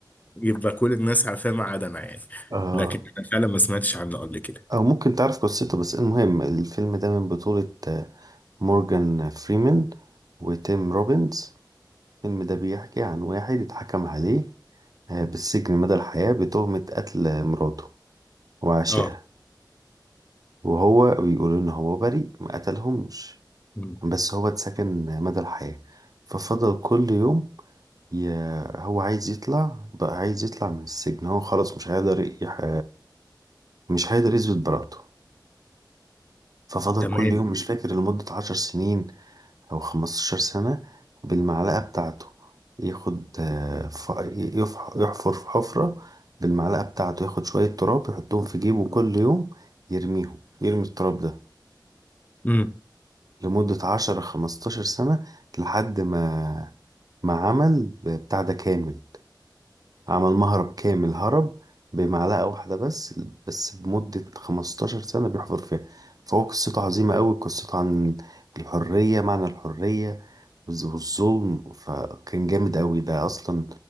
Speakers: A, on the left (about 20°); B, on the right (about 50°).
A: يبقى كل الناس عارفاه ما عدا انا يعني
B: <laughs> آه
A: لكن انا فعلا ما سمعتش عنه قبل كده
B: او ممكن تعرف قصته بس المهم الفيلم ده من بطولة آه، مورجان فريمان وتيم روبنز الفيلم ده بيحكي عن واحد اتحكم عليه آه، بالسجن مدى الحياة بتهمة قتل مراته وعشقها
A: اه
B: وهو بيقول ان هو بريء ما قتلهمش
A: مم.
B: بس هو اتسجن مدى الحياة ففضل كل يوم يا هو عايز يطلع بقى عايز يطلع من السجن هو خلاص مش هيقدر يح... مش هيقدر يثبت براءته ففضل
A: تمام
B: كل يوم مش فاكر لمدة عشر سنين أو خمستاشر سنة بالمعلقة بتاعته ياخد آه، ف- يف- يحفر في حفرة بالمعلقة بتاعته ياخد شوية تراب يحطهم في جيبه كل يوم يرميهم يرمي التراب ده
A: امم
B: لمدة عشرة خمستاشر سنة لحد ما ما عمل بتاع ده كامل عمل مهرب كامل هرب بمعلقة واحدة بس بس بمدة 15 سنة بيحفر فيها فهو قصته عظيمة أوي قصته عن الحرية معنى الحرية والز- والظلم فكان جامد أوي ده أصلا